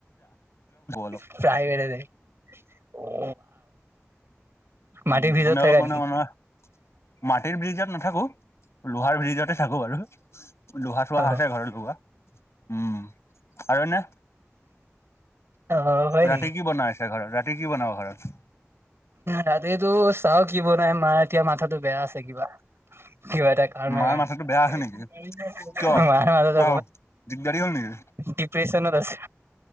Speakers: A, on the left (about 65°); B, on the right (about 60°).
A: অলপ
B: প্ৰায় বেটতে <unintelligible> মাটিৰ
A: উ
B: ভিতৰত
A: গুনে অলপ
B: থাকা
A: ক
B: নেকি?
A: ন ম <unintelligible> মাটিৰ ব্ৰিজত নাথাকো, লোহাৰ ব্ৰীজতে থাকো বাৰু লোহা চোহা
B: অ',
A: আছে ঘৰত লগোৱা। উম আৰু এনে
B: আহ হয়
A: ৰাতি
B: নেকি?
A: কি বনাইছে ঘৰত ৰাতি কি বনাব ঘৰত?
B: ৰাতিটো চাও কি বনাই ম এতিয়া মাথাতটো বেয়া আছে কিবা। কিবা এটা কাৰনৰ
A: মাৰ
B: কাৰনে
A: মাথাটো বেয়া আছে নেকি কিয়
B: মান
A: কিবা
B: মাজ ত
A: দিগদাৰি হ'ল নেকি
B: ডিপ্ৰেচনত আছে।